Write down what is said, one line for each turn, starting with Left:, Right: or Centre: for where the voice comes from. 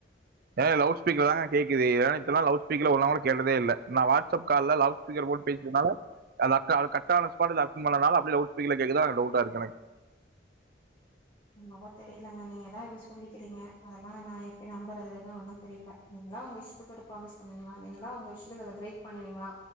Right: ஏங்க லவ்டுஸ்பீக்கர்ல தாங்க கேக்குது என்னால இத்தனநாள் லவ்டுஸ்பீக்கரில் ஒரு நாளுங்கூட கேட்டதே இல்லை நா வாட்அப் கால்ல லவ்டு ஸ்பீக்கர் போட்டு பேசினதால அந்த அக்கா அது கட் ஆனா ஸ்பாட்ல அட்டன் பண்ணனால லவுட் ஷ்ப்பீக்கர்ல கேக்குதானு டவுட்டா இருக்கு எனக்கு
Left: என்னவோ தெரிலங்க நீங்க ஏதாவது சொல்லிக்கிறீங்க அதெல்லா நா எப்டி நம்பறதுன்னு ஒன்னு தெரியல நீங்களா உங்க இஷ்டத்துக்கு ஒரு ப்ராமிஸ் பண்வீங்களா நீங்களா உங்க இஷ்டத்துக்கு அத பிரேக் பண்ணுவீங்களா